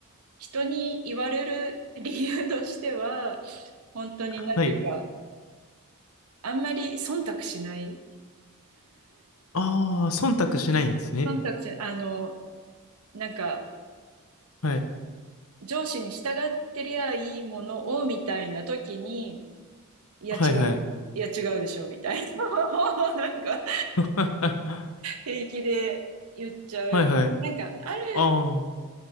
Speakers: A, on the right (about 80°); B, on the left (about 70°).
A: 人に言われる理由としては、本当になんていうか、
B: はい。
A: あんまり忖度しない。
B: ああ、忖度しないんですね。
A: 忖度し、あの、なんか、
B: はい。
A: 上司に従ってりゃいいものを、みたいな時に、いや違う、
B: はいはい。
A: いや違うでしょ、みたいな、<laughs> なんか、
B: <laughs>
A: 平気で言っちゃう。
B: はいはい。
A: なんか、ある、
B: ああ。